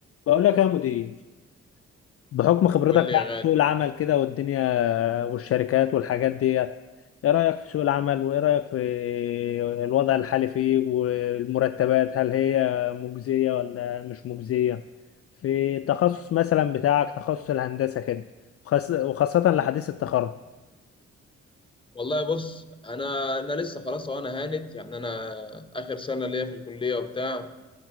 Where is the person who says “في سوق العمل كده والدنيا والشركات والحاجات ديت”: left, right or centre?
Left